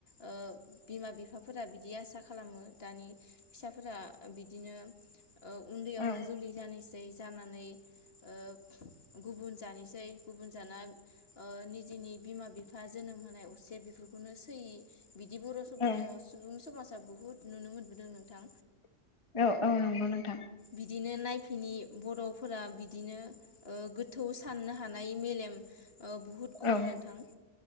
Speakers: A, on the left (about 50°); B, on the left (about 25°).
A: ओ बिमा बिफाफोरा बि दि आसा खालामो दानि फिसाफोरा बिदिनो औ उन्दैयावनो
B: औ
A: जुलि जानो सै जानानै ओ गुबुन जानोसै गुबुन जाना ओ निजेनि बिमा बिफा जोनोम होनाय अ बेफोरखौनो सैयि बिदि बर' सुबुं
B: औ
A: सुबुं समाजा बुहुत नुनो मोन नुबोदों नोंथां।
B: औ औ नंगौ नोंथां।
A: बिदिनो नायफिनि बर'फोरा बिदिनो गोथौ साननो हानाय मेलेम ओ बुहुद खम
B: औ
A: नोंथां